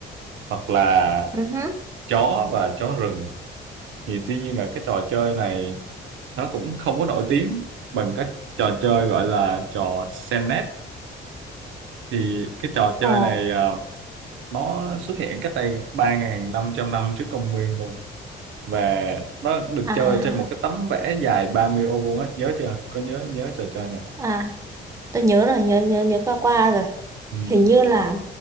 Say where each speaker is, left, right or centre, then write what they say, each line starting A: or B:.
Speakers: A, on the right (about 75°); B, on the right (about 15°).
A: hoặc là
B: ừ hứ.
A: chó và chó rừng thì tuy nhiên là cái trò chơi này nó cũng không có nổi tiếng bằng các trò chơi gọi là trò senet thì cái trò
B: Ờ,
A: chơi này à, nó xuất hiện cách đây ba nghìn năm trăm năm trước công nguyên luôn và nó được
B: à,
A: chơi trên một cái tấm vẽ dài 30 ô vuông á nhớ chưa có nhớ nhớ trò chơi này không
B: à, tôi nhớ rồi, nhớ nhớ nhớ qua qua rồi.
A: ừ
B: Hình như là